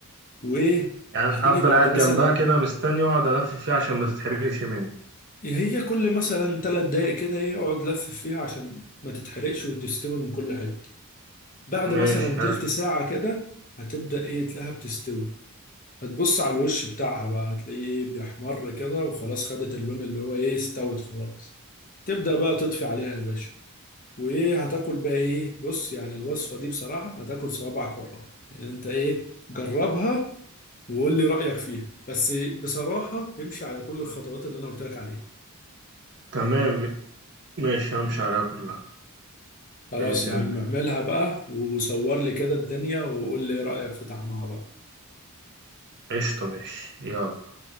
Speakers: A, on the left; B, on the right.
A: وإيه
B: يعني
A: هتيجي
B: افضل
A: بعد
B: قاعد
A: مثلا
B: جنبها كده مستني واقعد الف فيها عشان ما تتحرقش مني
A: هي كل مثلا تلات دقايق كده ايه اقعد لف فيها عشان ما تتحرقش وتستوي من كل حتة بعد
B: ماشي
A: مثلا
B: حلو
A: تلت ساعة كده هتبدأ ايه تلاقيها بتستوي هتبص على الوش بتاعها بقى هتلاقيه ايه بيحمر كده وخلاص خدت اللون اللي هو ايه استوت خلاص تبدأ بقى تطفي عليها يا باشا وايه هتاكل بقى ايه بص يعني الوصفة دي بصراحة هتاكل صوابعك وراها يعني انت ايه جربها وقول لي رأيك فيها بس بصراحة تمشي على كل الخطوات اللي انا قلت لك عليها
B: تمام ماشي همشي عليها كلها
A: خلاص
B: باذن
A: يا
B: الله
A: عم اعملها بقى وصور لي كده الدنيا وقول لي ايه رأيك في طعمها بقى
B: قشطه ماشي يلا